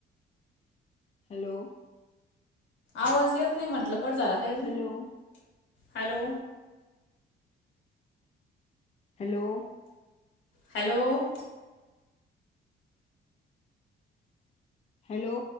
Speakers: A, on the left; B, on the left.
A: हॅलो.
B: आवाज येत नाही म्हंटल. कट झाला काय?
A: Hello
B: hello.
A: Hello.
B: Hello
A: hello.